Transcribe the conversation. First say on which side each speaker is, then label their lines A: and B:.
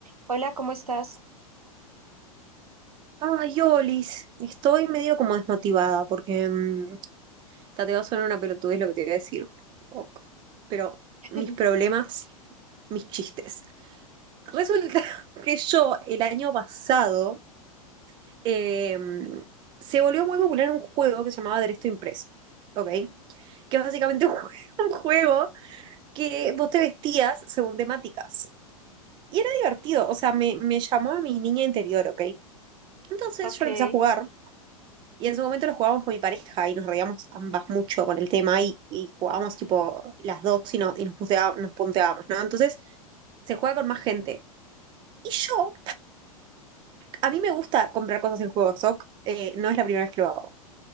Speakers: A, on the right; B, on the right.
A: Hola, ¿cómo estás?
B: Ay, Olis, estoy medio como desmotivada porque mm, ta, te va a sonar una pelotudez lo que te voy a decir. Ok. Pero
A: <laughs>
B: mis problemas, mis chistes. Resulta <laughs> que yo el año pasado eh, se volvió muy popular un juego que se llamaba Derecho Impreso, ¿ok? Que es básicamente un, jue- <laughs> un juego que vos te vestías según temáticas. Y era divertido, o sea, me, me llamó a mi niña interior, ¿ok? Entonces
A: Ok,
B: yo lo empecé a jugar Y en su momento lo jugábamos con mi pareja y nos reíamos ambas mucho con el tema y, y jugábamos tipo las dos y, no- y nos, puntea- nos punteábamos, ¿no? Entonces se juega con más gente. Y yo, a mí me gusta comprar cosas en juegos, ok, eh, no es la primera vez que lo hago.